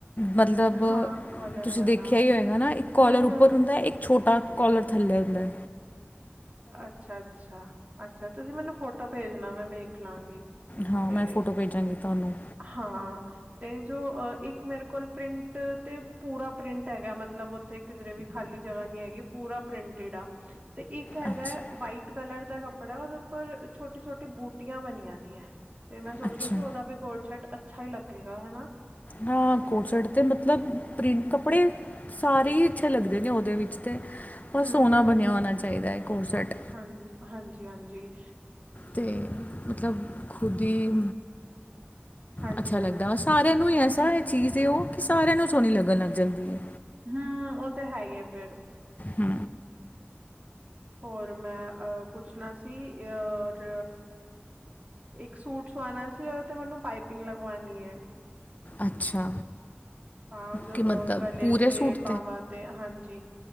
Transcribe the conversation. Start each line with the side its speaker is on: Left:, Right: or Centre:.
Left: ਮਤਲਬ,
Right: ਹਾਂ ਕੋਲਰ
Left: ਤੁਸੀਂ
Right: ਵਾਲਾ
Left: ਦੇਖਿਆ ਈ ਹੋਏਗਾ ਨਾ, ਇੱਕ ਕੋਲਰ
Right: ਹੂੰ
Left: ਉੱਪਰ
Right: ਹੂੰ
Left: ਹੁੰਦੈ। ਇੱਕ ਛੋਟਾ ਕੋਲਰ ਥੱਲੇ ਹੁੰਦੈ।
Right: ਅੱਛਾ-ਅੱਛਾ-ਅੱਛਾ, ਤੁਸੀਂ ਮੈਨੂੰ ਫੋਟੋ ਭੇਜਨਾ, ਮੈਂ ਵੇਖ ਲਾਂਗੀ।
Left: ਹਾਂ,
Right: ਤੇ
Left: ਮੈਂ ਫੋਟੋ ਭੇਜਾਂਗੀ ਤੁਹਾਨੂੰ।
Right: ਹਾਂ। 'ਤੇ ਜੋ ਅ ਇੱਕ ਮੇਰੇ ਕੋਲ ਪ੍ਰਿੰਟ 'ਤੇ ਪੂਰਾ ਪ੍ਰਿੰਟ ਹੈਗੈ, ਮਤਲਬ ਉਥੇ ਕਿਧਰੇ ਵੀ ਖਾਲੀ ਜਗ੍ਹਾ ਨੀ ਹੈਗੀ, ਪੂਰਾ ਪ੍ਰਿੰਟਡ ਆ, 'ਤੇ ਇੱਕ ਹੈਗਾ
Left: ਅੱਛਾ
Right: ਵਾਈਟ। ਕਲਰ ਦਾ ਕੱਪੜਾ, ਓਦੇ ਉੱਪਰ ਛੋਟੀ- ਛੋਟੀ ਬੂਟੀਆਂ ਬਨੀਆ ਦੀਐ। 'ਤੇ ਮੈਂ ਸੋਚ
Left: ਅੱਛਾ
Right: ਰੀ ਸੀ, ਓਦਾ ਵੀ ਕੋਟ-ਸ਼ਰਟ ਅੱਛਾ ਈ ਲੱਗੇਗਾ, ਹੈ ਨਾ?
Left: ਹਾਂ, ਕੋਟ-ਸੈਟ 'ਤੇ ਮਤਲਬ ਪ੍ਰਿੰਟ ਕੱਪੜੇ? ਸਾਰੇ ਈ ਅੱਛੇ ਲੱਗਦੇ ਨੇ ਉਦੇ ਵਿੱਚ 'ਤੇ, ਬਸ
Right: ਹੂੰ
Left: ਸੋਨਾ
Right: ਹੂੰ ਹੂੰ
Left: ਬਨਿਆ ਹੋਨਾ ਚਾਈਦੈ ਕੋਟ- ਸੈਟ।
Right: ਹਾਂਜੀ, ਹਾਂਜੀ-ਹਾਂਜੀ।
Left: 'ਤੇ ਮਤਲਬ, ਖੁਦ ਈ,
Right: ਹਾਂਜੀ
Left: ਅੱਛਾ
Right: ਹਾਂਜੀ
Left: ਲੱਗਦੈ ਅਸ। ਸਾਰਿਆਂ ਨੂੰ ਈ ਐਸਾ ਚੀਜ਼ ਐ ਓਹ, ਕਿ ਸਾਰਿਆਂ ਨੂੰ ਸੋਣੀ ਲੱਗਨ ਲੱਗ ਜਾਂਦੀ ਏ।
Right: ਨਾ, ਉਹ 'ਤੇ ਹੈ ਈ ਏ ਫੇਰ।
Left: ਹੂ।
Right: ਹੋਰ ਮੈਂ ਆ ਪੁੱਛਨਾ ਸੀ, ਔਰ ਇੱਕ ਸੂਟ ਸਵਾਨਾ ਸੀ, ਉਦੇ 'ਤੇ ਮੈਨੂੰ ਪਾਈਪਿੰਗ ਲਗਵਾਨੀ ਐ।
Left: ਅੱਛਾ।
Right: ਹਾਂ ਜੋ
Left: ਕਿ ਮਤਲਬ
Right: ਗਲੇ
Left: ਪੂਰੇ
Right: ਤੇ
Left: ਸੂਟ
Right: ਬਾਵਾਂ ਤੇ ਹਾਂਜੀ